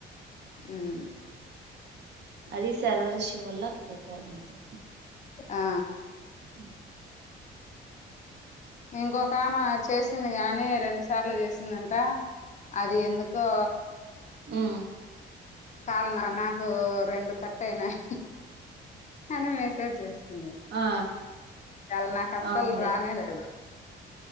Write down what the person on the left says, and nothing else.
హ్మ్
ఆ
ఇంకొకామ చేసింది గాని రెండు సార్లు చేసిందంట అది ఎందుకో
కాల్ నాకు రెండు కట్ అయినాయి అని మెసేజ్ చేస్ ది
ఇవాళ నాకు అస్సలు
రానే లేదు